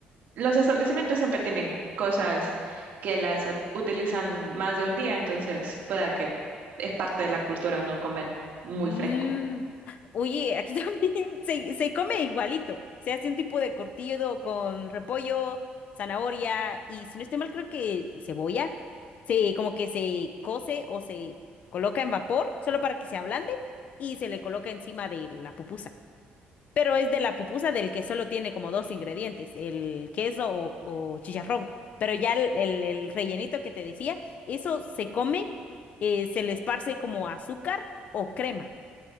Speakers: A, on the right; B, on the left.
A: los establecimientos siempre tienen cosas que las ut- utilizan más de un día, entonces pueda que es parte de la cultura no comer muy
B: Mm,
A: fresco.
B: Oye, aquí <laughs> también se, se come igualito. Se hace un tipo de cortido con repollo, zanahoria y si no estoy mal, creo que cebolla. Se, como que se cose o se coloca en vapor solo para que se ablande y se le coloca encima de la pupusa. Pero es de la pupusa del que solo tiene como dos ingredientes, el queso o, o chicharrón. Pero ya el, el- el rellenito que te decía, eso se come, eh, se le esparce como azúcar o crema.